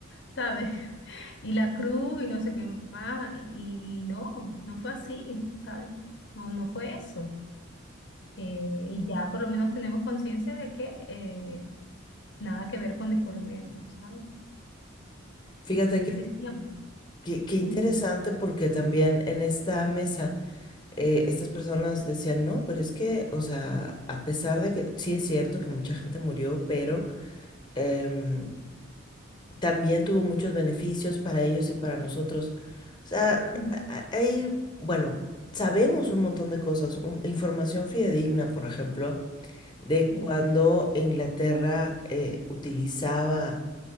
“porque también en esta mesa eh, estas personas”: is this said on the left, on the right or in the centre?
Left